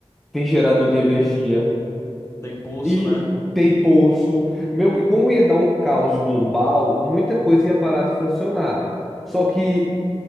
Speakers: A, in the centre; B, on the left.
A: tem gerador de energia
B: tem pulso,
A: e
B: né?
A: tem poço. Meio que como ia dar um caos global, muita coisa ia parar de funcionar. Só que